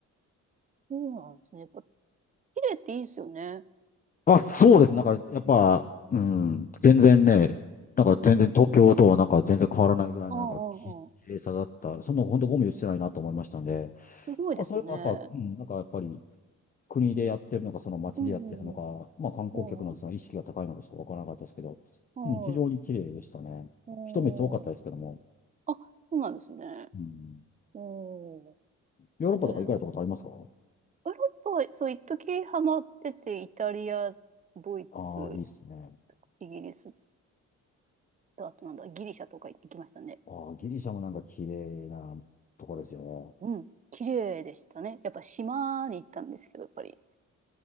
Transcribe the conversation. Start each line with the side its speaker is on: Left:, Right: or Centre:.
Right: そうなんですね。やっぱ、綺麗っていいですよね。
Left: あ、そうです。なんか、やっぱ、うん、全然ね、
Right: うん。
Left: なんか全然東京となんか全然変わらないぐらいのなんかき綺麗さだった。
Right: あ、ああ、ああ。
Left: そんなの本当ゴミ落ちてないなと思いましたんで、
Right: すごいですね。
Left: まあ、それもやっぱ、うん、なんかやっぱり国でやってるのか、その街でやってるのか、
Right: うんうんうん。
Left: まあ観光客のその意識が高いのかちょっとわからなかったですけど、
Right: うん。はい。
Left: うん、非常に綺麗でしたね。
Right: おー。
Left: 人めっちゃ多かったですけども、
Right: あ、そうなんですね。
Left: うん、
Right: おー。
Left: ヨーロッパとか行かれたことありますか
Right: なんかね、ヨーロッパ、そう、一時ハマってて、イタリア、ドイツ、
Left: ああー、いいですね。
Right: イギリスと、あとなんだ、ギリシャとか行きましたね。
Left: ああ、ギリシャもなんか綺麗なところですよね。
Right: うん。綺麗でしたね。やっぱ島に行ったんですけど、やっぱり、